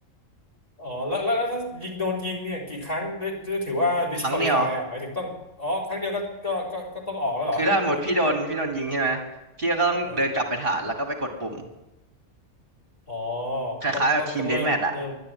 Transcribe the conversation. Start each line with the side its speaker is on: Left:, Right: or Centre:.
Left: อ๋อแล้วแล้วแล้วถ้ายิงโดนยิงเนี่ยกี่ครั้งได้ได้ถือว่า disqualify
Right: ครั้งเดียว
Left: อ่ะหมายถึงต้องอ๋อครั้งเดียวก็ก็ก็ก็ต้องออกแล้วเหรอถูกไหม
Right: คือถ้าหมดพี่โดนพี่โดนยิงใช่ไหมพี่ก็ต้องเดินกลับไปฐานแล้วก็ไปกดปุ่ม
Left: เอออ๋อ
Right: คล้ายๆแบบทีมเดธแมทอะ
Left: ต้องต้องต้องเริ่มเริ่ม